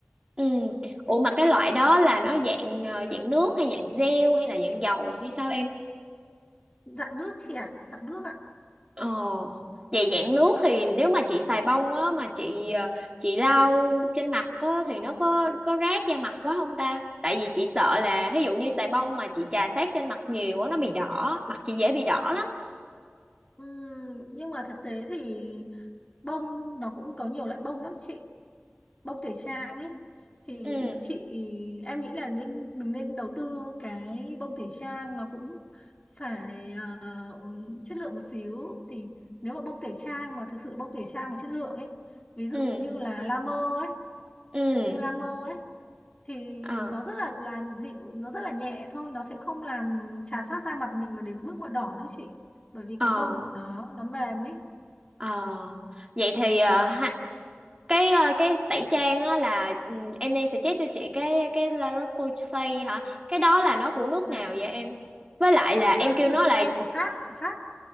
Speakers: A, on the right (about 25°); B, on the left (about 25°).
A: ừ ủa mà cái loại đó là nó dạng ờ, dạng nước hay dạng gel hay là dạng dầu hay sao em
B: Dạng nước chị ạ, dạng nước ạ.
A: Ờ, vậy dạng nước thì nếu mà chị xài bông á mà chị ờ, chị lau trên mặt á thì nó có có rát da mặt quá không ta? Tại vì chị sợ là ví dụ như xài bông mà chị chà sát trên mặt nhiều á nó bị đỏ, mặt chị dễ bị đỏ lắm.
B: Ừm, nhưng mà thực tế thì bông nó cũng có nhiều loại bông lắm chị bông tẩy trang ấy thì
A: Ừ,
B: chị em nghĩ là nên mình nên đầu tư cái bông tẩy trang nó cũng phải ờ, chất lượng một xíu thì nếu mà bông tẩy trang mà thực sự là bông tẩy trang mà chất lượng ấy ví dụ
A: ừ,
B: như là La Mer ấy
A: ừ.
B: như La Mer ấy thì
A: Ờ,
B: nó rất là là dịu nó rất là nhẹ thôi nó sẽ không làm chà sát da mặt mình mà đến mức mà đỏ đâu chị bởi vì
A: ờ,
B: cái bông của nó nó mềm ấy
A: ờ. Vậy thì ờ,
B: dạ
A: ha- cái ờ, cái tẩy trang á là ừ, em đang suggest cho chị cái cái La Roche-Posay hả? Cái đó là nó của nước
B: dạ
A: nào vậy em? Với lại là em
B: La Roche-Posay
A: kêu nó là
B: của Pháp của Pháp